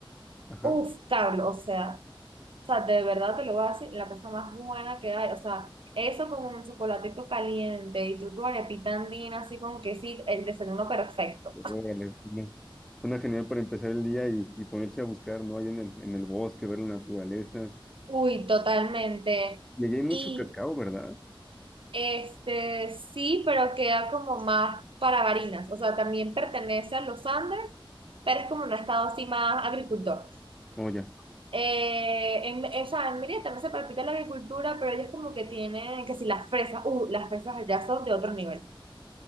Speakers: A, in the centre; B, on the right.
A: Ajá.
B: Uf, Carlos, o sea, o sea, de verdad te lo voy a decir, la cosa más buena que hay, o sea, eso con un chocolatico caliente y tú tu arepita andina así con quesito, el desayuno perfecto.
A: Órale, es una una genial para empezar el día y, y ponerse a buscar, ¿no? Ahí en el, en el bosque, ver la naturaleza.
B: Uy, totalmente.
A: Y allá hay mucho
B: Y
A: cacao, ¿verdad?
B: este, sí, pero queda como más para Barinas, o sea, también pertenece a los Andes, pero es como un estado así más agricultor.
A: oye
B: Eh, en, o sea, en Mérida también se practica la agricultura, pero ellos como que tienen, que si las fresas, uh, las fresas allá son de otro nivel.